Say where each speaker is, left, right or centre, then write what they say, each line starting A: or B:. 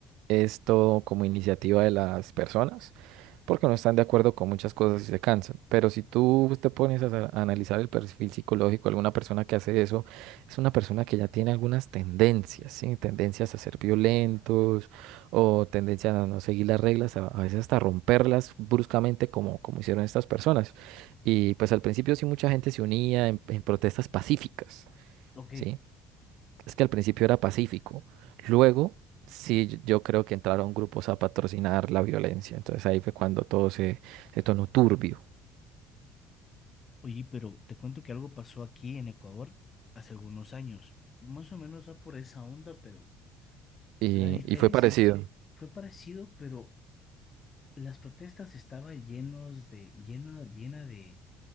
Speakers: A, on the right; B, on the left.
A: es todo como iniciativa de las personas, porque no están de acuerdo con muchas cosas y se cansan. Pero si tú te pones a, sa- a analizar el perfil psicológico, de alguna persona que hace eso, es una persona que ya tiene algunas tendencias, ¿sí? Tendencias a ser violentos o tendencias a no seguir las reglas, a, a veces hasta romperlas bruscamente como, como hicieron estas personas. Y pues al principio sí mucha gente se unía en, en protestas pacíficas,
B: Ok,
A: ¿sí? Es que al principio era pacífico. Luego sí yo yo creo que entraron grupos a patrocinar la violencia. Entonces ahí fue cuando todo se, se tornó turbio
B: oye, pero te cuento que algo pasó aquí en Ecuador hace algunos años. Más o menos va por esa onda, pero...
A: y,
B: La diferencia
A: y fue parecido.
B: que- fue parecido, pero las protestas estaban llenos de, lleno, llena de,